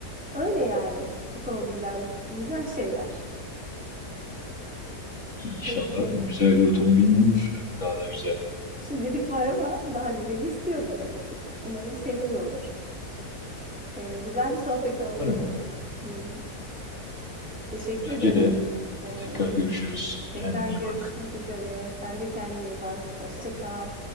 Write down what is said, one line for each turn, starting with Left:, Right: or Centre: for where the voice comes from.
Centre: öyle yani. Otomobiller güzel şeyler.
Left: İnşallah
Centre: Peki.
Left: güzel bir otomobilin olur. Daha da güzel.
Centre: Şimdilik var ama daha güzelini istiyorum tabii ki. Umarım senin de olur. Ee, güzel bir sohbet oldu.
Left: Varım.
Centre: Hmm, teşekkür
Left: Bence
Centre: ederim.
Left: de
Centre: Ee,
Left: tekrar görüşürüz.
Centre: tekrar
Left: Kendine iyi
Centre: görüşmek
Left: bak.
Centre: üzere. Sen de kendine iyi bak. Hoşça kal.